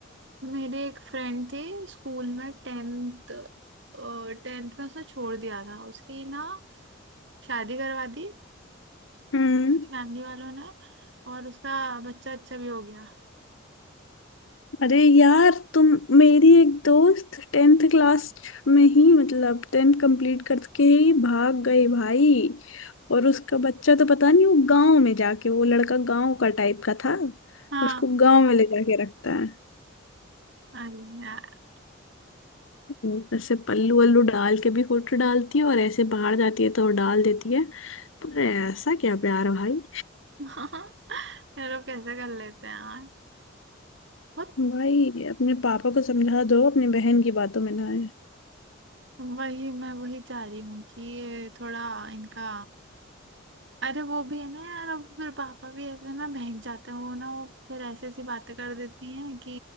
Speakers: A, on the right (about 60°); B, on the left (about 75°).
A: मेरी एक फ्रेंड थी स्कूल में टेंथ टेंथ में उसने छोड़ दिया था उसकी ना शादी करवा दी
B: हम्म
A: फैमिली वालों ने और उसका बच्चा अच्छा भी हो गया
B: अरे यार तुम मेरी एक दोस्त टेंथ क्लास में ही मतलब टेंथ कंप्लीट करके ही भाग गई भाई और उसका बच्चा तो पता नहीं वो गांव में जाके वो लड़का गांव का टाइप का था
A: हाँ
B: उसको गांव में ले जाके रखता है
A: अरे यार
B: ऊपर से पल्लू वल्लू डाल के भी फोटो डालती है और ऐसे बाहर जाती है तो डाल देती है पर ऐसा क्या प्यार भाई
A: <laughs> ये लोग कैसे कर लेते हैं यार बहुत
B: भाई अपने पापा को समझा दो अपनी बहन की बातों में ना
A: वही मैं वही चाह रही हूँ कि ये थोड़ा इनका अरे वो भी है ना यार अब फिर पापा भी ऐसे ना बहक जाते हैं वो ना वो फिर ऐसी ऐसी बातें कर देती हैं कि